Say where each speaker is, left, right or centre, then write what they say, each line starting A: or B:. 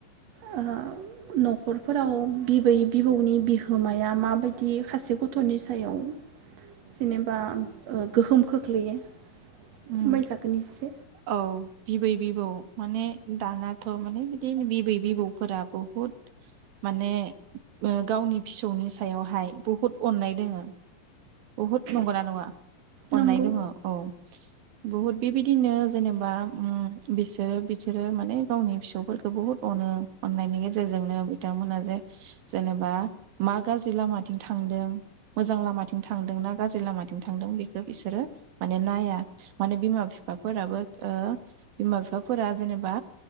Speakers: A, on the right; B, on the right.
A: ओ न'खरफोराव बिबै बिबौनि बिहोमाया माबायदि खासे गथ'नि सायाव जेनेबा गोहोम खोख्लैयो फोरमायजागोन
B: उम
A: एसे
B: औ बिबै बिबौ माने दानाथ' माने बिदिनो बिबै बिबौफोरा बुहुद माने ओ गावनि फिसौनि सायावहाय बुहुद अननाय दोङो बुहुद नंगौना नङा अननाय
A: नंगौ
B: दङ औ बुहुद बिबायदिनो जेनेबा उम बिसोरो बिसोरो माने गावनि फिसौफोरखौ बुहुत अनो अननायनि गेजेरजोंनो बिथांमोना जे जेनेबा मा गाज्रि लामाथिं थांदों मोजां लामाथिं थांदों ना गाज्रि लामाथिं थांदों बेखौ बिसोरो माने नाया माने बिमा बिफाफोराबो ओ बिमा बिफाफोरा जेनेबा